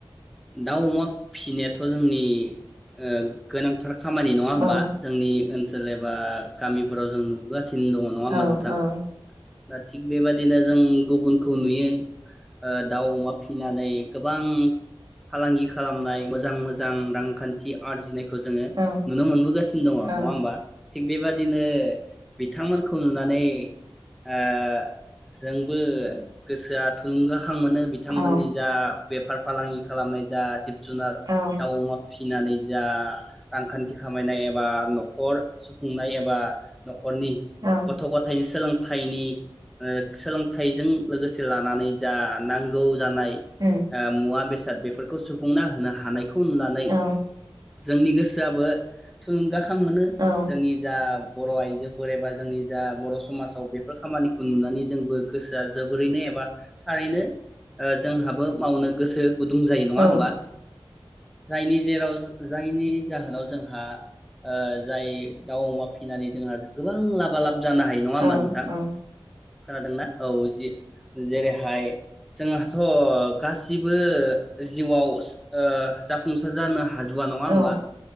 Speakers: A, in the centre; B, on the right.
A: दाव, अमा फिसिनायाथ' जोंनि ओ गोनांथार खामानि नङा होमबा
B: औ
A: जोंनि ओनसोल एबा गामिफोराव जों नुबोगासिनो दङ नङा होमबा
B: औ
A: नोंथां
B: औ
A: दा थिग बेबदिनो जों गुबुनखौ दिनो ओ दाउ अमा फिनानै गोबां फालांगि खालामनाय मोजां मोजां रांखान्थि आरजिनाय खो जोङो
B: औ
A: नुनो मोनबोगासिनो दङ
B: औ
A: नङा होमबा थिग बेबादिनो बिथांमोन खौ नुनानै ओ जोंबो गोसोया थुलुंगा खां मोनो बिथांमोननि
B: औ
A: जा बेफार फालांगि खालामनाय जा जिब जुनार
B: औ
A: दाउ अमा फि सिनानै जा रांखान्थि खामायनाय एबा न'खर सुफुंनाय एबा न' खरनि
B: औ
A: गथ' गथायनि सोलोंथाइनि ओ सोलोंथाइजों लोगोसे लानानै जा नां गौ जानाय
B: उम
A: ओ मुवा बे साद बेफोरखौ सुफुंना होनो हानायखौ फुननानै
B: औ
A: जोंनि गोसोआबो थुलुंगा खां मोनो
B: औ
A: जोंनि जा बर' आइजोफोर एबा जोंनि जा बर' समाजाव बेफोर खामानिखौ नुनानै जोंबो गोसोआ जोबोरैनो ए बा थारैनो ओ जोंहाबो मावनो गोसो गुदुं जायो नङा
B: औ
A: होमबा जायनि जेराव जायनि जाहोनाव जोंहा ओ जाय दाउ अमा फिसिनानै जोंहा गोबां लाबा लाब जानो हायो नङा होमबा
B: औ
A: नोंथां
B: औ
A: खोनादोंना औ जि जेरैहाय जोंहाथ' गासिबो जिउआव ओ जाफुंसार जानो हा हाजुबा नङा होमबा
B: औ